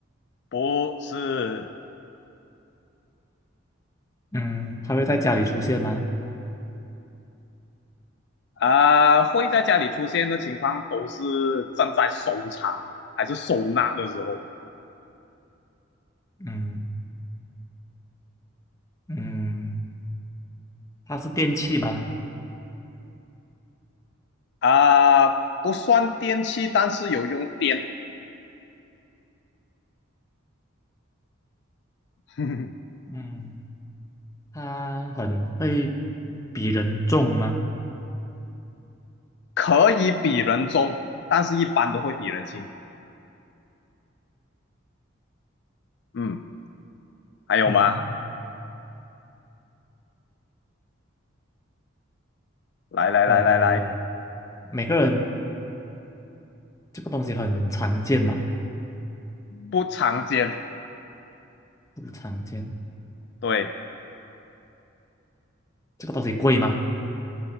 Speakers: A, on the left; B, on the left.
A: 不是
B: 嗯，它会在家里出现吗？
A: 啊、呃会在家里出现的情况都是正在收藏还是收纳的时候。
B: 嗯嗯，它是电器吗？
A: 啊、不算电器，但是有用电，<laughs>
B: 嗯，它很会比人重吗？
A: 可以比人重，但是一般都会比人轻。嗯，还有吗？
B: 嗯，
A: 来来来来来，
B: 呃，每个人这个东西很常见嘛？
A: 不常见，
B: 不常见，
A: 对，
B: 这个东西贵吗？